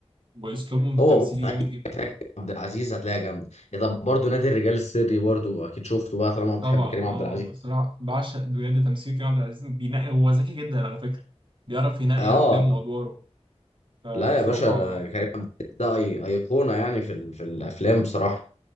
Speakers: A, on the right (about 45°); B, on the left (about 80°).
A: واسلوبهم في
B: هو
A: التمثيل
B: بص أي
A: جامد جدا
B: فكرة
A: برضه
B: عبد العزيز هتلاقيها جامده يا طب برضه نادي الرجال السري برضه اكيد شفته بقى طالما بتحب
A: طبعا
B: كريم
A: اه
B: عبد العزيز
A: بصراحه بعشق بجد تمثيل كريم عبد العزيز بينقي هو ذكي جدا على فكره بيعرف ينقي
B: اه
A: افلامه وادواره فبصراحه
B: لا يا باشا ده كريم عبد العزيز ده أي... ايقونه يعني في ال... في الافلام بصراحه